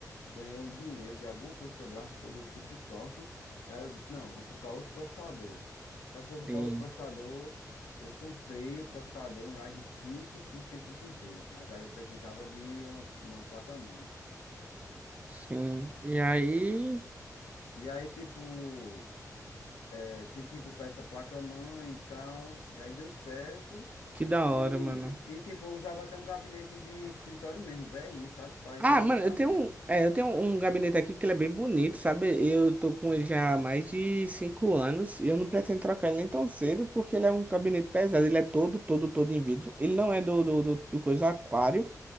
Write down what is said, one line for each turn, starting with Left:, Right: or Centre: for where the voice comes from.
Left: ganhei um dinheiro de alguma coisa também, eu acho que foi do TikTok. E aí eu disse, não, vou comprar outro processador. Só que vou comprar
Right: Sim,
Left: outro processador, eu comprei o processador, um Ryzen 5 5600G, mas aí eu precisava de uma, uma placa-mãe.
Right: sim. E aí,
Left: E aí, tipo, eh, tive que comprar essa placa-mãe e tal, e aí deu certo.
Right: que da hora,
Left: E,
Right: mano.
Left: e, tipo, eu usava até um gabinete de escritório mesmo, velhinho, sabe? Para economizar
Right: Ah, mano, eu tenho,
Left: mesmo.
Right: um- é, eu tenho um gabinete aqui que ele é bem bonito, sabe? Eu tô com ele já há mais de cinco anos e eu não pretendo trocar ele nem tão cedo porque ele é um gabinete pesado. Ele é todo, todo, todo em vidro. Ele não é do, do, do, do coisa aquário,